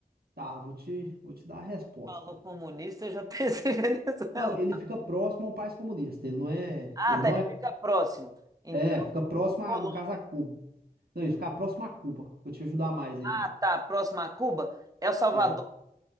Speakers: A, on the right; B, on the right.
A: Tá, vou te, vou te dar a resposta,
B: Falou
A: cara.
B: comunista, eu já pensei em <laughs> Venezuela.
A: Não, ele fica próximo ao país comunista. Ele não é.
B: Ah,
A: Ele
B: tá,
A: não
B: ele
A: é.
B: fica próximo. Então
A: É, fica próximo, a,
B: Colômbia.
A: no caso, a Cuba. Não, ele fica próximo a Cuba. Vou te ajudar mais ainda.
B: Ah, Tá, próximo a Cuba, El Salvador.
A: É,